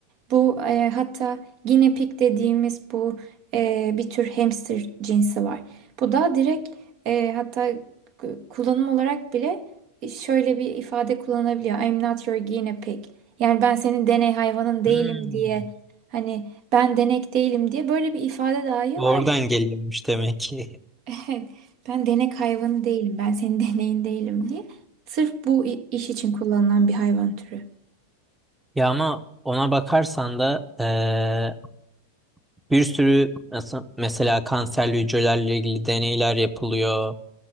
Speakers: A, on the right; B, in the centre.
A: Bu e, hatta guinea pig dediğimiz bu e, bir tür hamster cinsi var. Bu da direkt e, hatta kullanım olarak bile şöyle bir ifade kullanılabiliyor. I'm not your guinea pig. Yani ben senin deney hayvanın değilim
B: Hmm.
A: diye hani ben denek değilim diye böyle bir ifade dahi
B: Oradan
A: var ya.
B: geliyormuş demek ki.
A: <laughs> Evet, Ben denek hayvanı değilim. Ben senin <laughs> deneyin değilim diye. Sırf bu i- iş için kullanılan bir hayvan türü.
B: <laughs> Ya ama ona bakarsan da eee, bir sürü nasıl mesela kanserli hücrelerle ilgili deneyler yapılıyor,